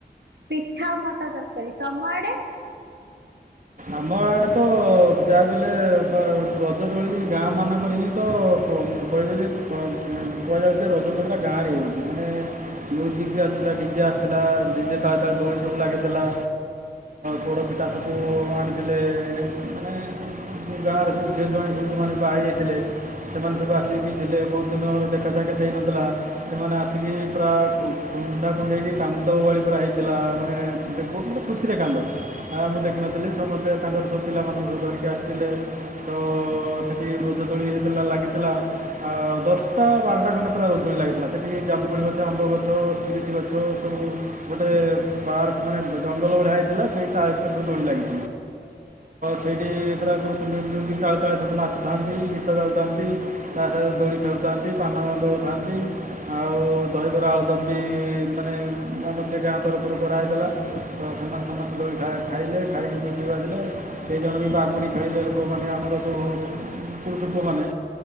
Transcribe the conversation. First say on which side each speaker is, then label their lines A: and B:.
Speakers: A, on the right; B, on the right.
A: ପିଠା ଆଉ ମଟର ତରକାରୀ। ତମ ଆଡେ
B: ଆମ ଆଡ଼େ ତ ଯାହାକୁ କଲେ ରଜ ଦୋଳି ଗାଁ ମାନଙ୍କରେ ହିଁ ତ କହିବେ ଯେ କୁହାଯାଉଛି ରଜ ଦୋଳିଟା ଗାଁରେ ହେଉଛି ମାନେ ମ୍ୟୁଜିକ୍ ଯେ ଆସିଲା ଡିଜେ ଆସିଲା ଡିଜେ ତାଳେ ତାଳେ ଦୋଳି ସବୁ ଲାଗିଥିଲା। ପୋଡ଼ପିଠା ସବୁ ଆଣିଥିଲେ ମାନେ ଗାଁରେ ସବୁ ଝିଅଝୁଆ ସବୁ ଯେଉଁମାନେ ବାହା ହେଇଯାଇଥିଲେ ସେମାନେ ସବୁ ଆସି ପିଇଥିଲେ ବହୁତ ଦିନ ଦେଖା ସାକ୍ଷାତ ହେଇନଥିଲା ସେମାନେ ଆସିକି ପୁରା କୁଣ୍ଡା କୁଣ୍ଡେଇକି କାନ୍ଦ ବାଳି ପୁରା ହେଇଥିଲା। ମାନେ ବହୁତ ମାନେ ଖୁସିରେ କାନ୍ଦ ଆ ମୁଁ ଦେଖିନଥିଲି ଥିଲି ସମସ୍ତେ ତାଙ୍କର ସବୁ ପିଲାମାନଙ୍କୁ ସବୁ ଧରିକି ଆସିଥିଲେ। ତ ସେଠି ରୋଜଦୋଳି ହେଇଥିଲା ଲାଗିଥିଲା ଦଶଟା ବାରଟା ଖଣ୍ଡେ ପୁରା ରୋଜଦୋଳି ଲାଗିଥିଲା। ସେଠି ଜାମୁକୋଳି ଗଛ ଆମ୍ବ ଗଛ ସିରିସିି ଗଛ ସବୁ ଗୋଟେ ପାର୍କ ମାନେ ଜଙ୍ଗଲ ଭଳିଆ ହେଇଥିଲା ସେଇ ତା ଭିତରେ ସବୁ ଦୋଳି ଲାଗିଥିଲା। ତ ସେଇଠି ପୁରା ସବୁ ମୁଜିକ୍ ତାଳେ ତାଳେ ସବମାନେ ନାଚୁଥାନ୍ତି। ଗୀତ ଗାଉଥାନ୍ତି। ତା ସହିତ ଦୋଳି ଖେଳୁଥାନ୍ତି ପାନ ଦଳୁଥାନ୍ତି। ଆଉ ଦହିବରା ଆଳୁଦମ୍ ବି ମାନେ ଆମର ସେ ଗାଁ ତରଫରୁ କରାହୋଇଥିଲା। ତ ସେମାନେ ସମସ୍ତେ ଦୋଳି ଖାଇଲେ। ଖାଇକି ମୁଜିକ୍ ବାସିଲେ ସେହି ଜଣ ବି ବାଗୁଡ଼ି ଖେଳିଲେ ଲୋକମାନେ ଆମର ସବୁ ପୁରୁଷ ପୁଅମାନେ